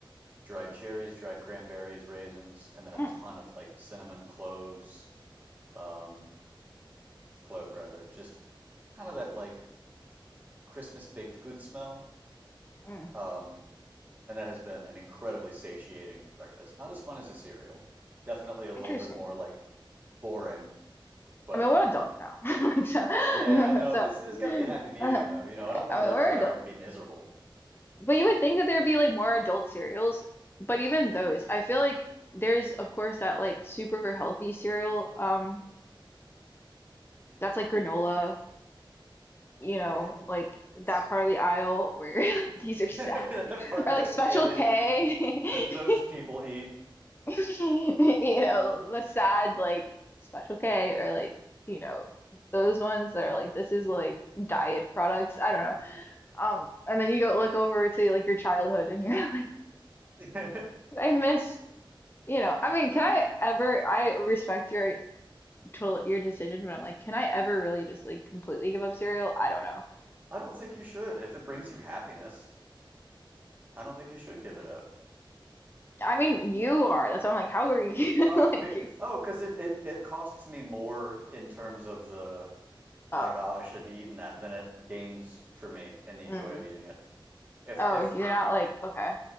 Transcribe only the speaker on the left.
Mm,
mm.
Interesting.
I mean, we're adults now. <laughs> Like, so, <laughs>
so,
uh,
I
mean,
we're
adults.
But you would think that there'd be like more adult cereals, but even those, I feel like there's of course that like super healthy cereal, um, that's like granola, you know,
like
that part of the aisle where you're <laughs> like these
are
sad, <laughs>
or like
Special
K,
<laughs>
you know, the sad like Special K, or like you know those ones that are like this is like diet products. I don't know. Um, and then you go look over to like your childhood and you're <laughs> like,
I miss You know, I mean, can I ever? I respect your total your decision, but I'm like, can I ever really just like completely give up cereal? I don't know.
I mean, you are. That's why I'm like, how are you?
<laughs> Like,
oh,
mm.
Oh,
you're not like okay.